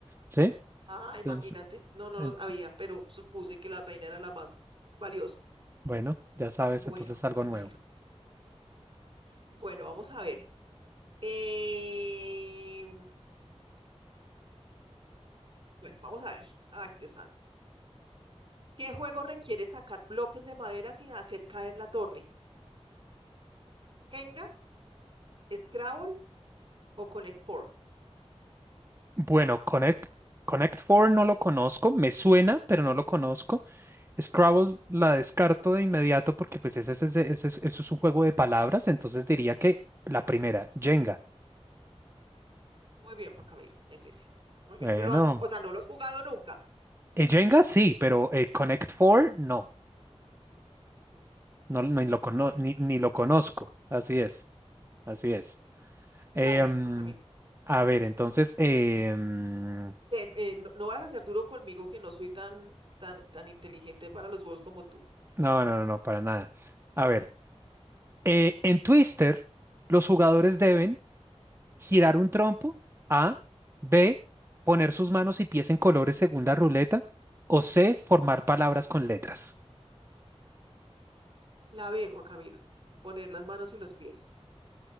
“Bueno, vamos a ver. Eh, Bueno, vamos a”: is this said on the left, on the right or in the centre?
Right